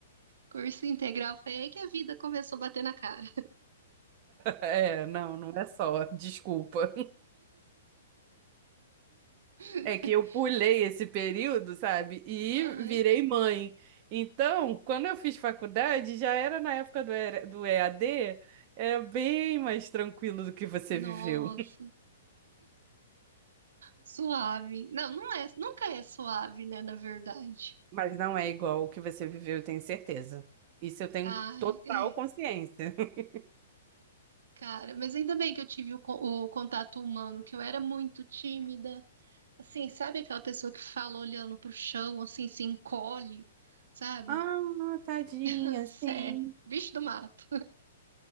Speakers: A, on the right (about 75°); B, on the right (about 40°).
A: curso integral foi aí que a vida começou a bater na cara.
B: É, não, não é só. Desculpa.
A: <laughs>
B: É que eu pulei esse período, sabe? E
A: Aham.
B: virei mãe. Então, quando eu fiz faculdade, já era na época do ER do EAD, é bem mais tranquilo do que você
A: Nossa,
B: viveu.
A: suave. Não, não é, nunca é suave, né, na verdade.
B: Mas não é igual o que você viveu, eu tenho certeza. Isso eu tenho
A: Ai,
B: total
A: é.
B: consciência. <laughs>
A: Cara, mas ainda bem que eu tive o, con- o contato humano, que eu era muito tímida. Assim, sabe aquela pessoa que fala olhando pro chão, assim, se encolhe, sabe?
B: Ah, tadinha,
A: <laughs> Sério,
B: sim.
A: bicho do mato.